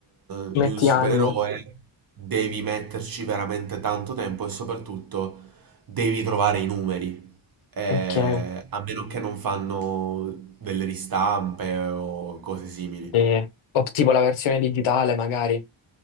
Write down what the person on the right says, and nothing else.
eh,
di un supereroe,
devi metterci veramente tanto tempo e soprattutto... Devi trovare i numeri, eh,
a meno che non fanno delle ristampe o cose simili.